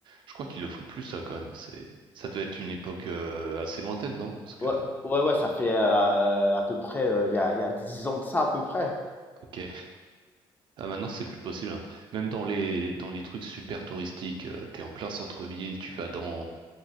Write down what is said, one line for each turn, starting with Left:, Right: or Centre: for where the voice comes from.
Right: Je crois qu'ils le font plus, ça, quand même. C'est, ça devait être une époque euh, assez lointaine, non? Parce que,
Left: Ouais, ouais, ouais, ça fait euh, à peu près euh, il y a il y a dix ans de ça à peu près.
Right: ok. Ah, maintenant, c'est plus possible. hein. Même dans les, dans les trucs super touristiques, euh, t'es en plein centre-ville, tu vas dans,